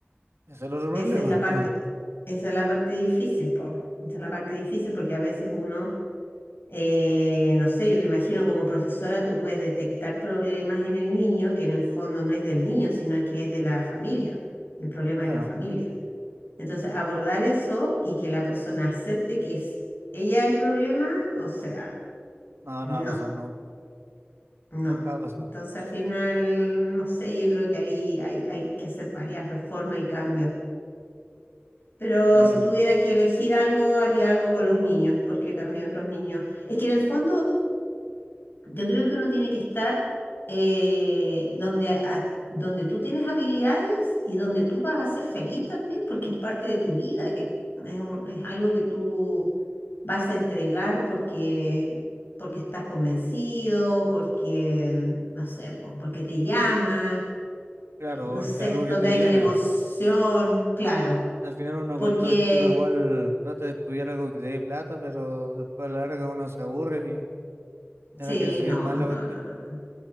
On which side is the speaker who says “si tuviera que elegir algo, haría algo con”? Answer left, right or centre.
Left